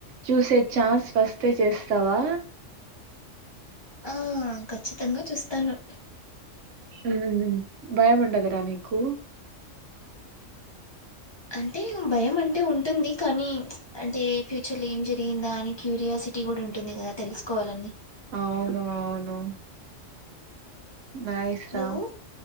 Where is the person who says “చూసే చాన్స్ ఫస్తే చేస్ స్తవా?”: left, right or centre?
Right